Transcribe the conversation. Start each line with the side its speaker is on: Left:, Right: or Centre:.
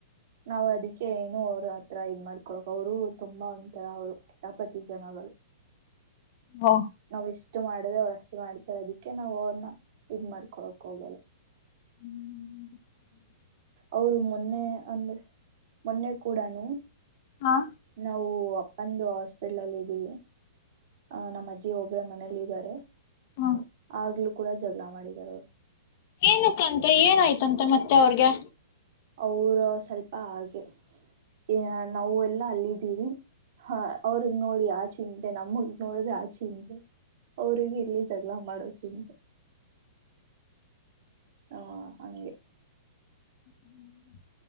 Right: ನಾವು ಅದಕ್ಕೆ ಏನು ಅವ್ರ ಹತ್ರ ಇದ್ ಮಾಡ್ಕೊಳ್ಕ್ ಅವರು ತುಂಬಾ ಒಂಥರ ಅವ್ರು ಕಿತಾಪತಿ ಜನಗಳು.
Left: ಓ
Right: ನಾವ ಎಸ್ಟ್. ಮಾಡಿದ್ರೆ ಅವ್ರು ಅಷ್ಟ ಮಾಡ್ತಾರೆ ಅದಕ್ಕೆ ನಾವ್ ಅವ್ರನ್ನ ಇದ್ ಮಾಡ್ಕೊಳಕ್ ಹೋಗಲ್ಲ.
Left: ಹ್ಮ್.
Right: ಅವರು ಮೊನ್ನೆ ಅಂದ್ರೆ ಮೊನ್ನೆ ಕೂಡನು.
Left: ಹಾ
Right: ನಾವು. ಒಂದು ಹಾಸ್ಪಿಟ್ಲ್ ಅಲ್ಲಿ ಇದ್ದೀವಿ. ಹ ನಮ್ಮ ಅಜ್ಜಿ ಒಬ್ಬಳೆ ಮನ. ನಲ್ಲಿ ಇದಾರೆ
Left: ಹಾ
Right: ಆಗ್ಲೂ ಕೂಡ ಜಗಳ ಮಾಡಿದ್ದಾರೆ ಅವ್ರು.
Left: ಏನಕ್ಕಂತೆ ಏನಾಯ್ತಂತೆ ಮತ್ತೆ ಅವ್ರಗೆ.
Right: ಅವರ ಸ್ವಲ್ಪ ಹಾಗೆ ಏ ನಾವ ಎಲ್ಲಾ ಅಲ್ಲಿದ್ದೀವಿ. ಹಾ ಅವ್ರುಗ್ ನೋಡಿ ಆಚೆ ಚಿಂತೆೆ ನಮ್ಮಗ್ ನೋಡಿದ್ರೆ ಆ ಚಿಂತೆೆ ಅವ್ರಿಗೆ ಇಲ್ಲಿ ಜಗಳ ಮಾಡದು ಚಂದ ಹಾ ಹಂಗೆ
Left: ಹ್ಮ್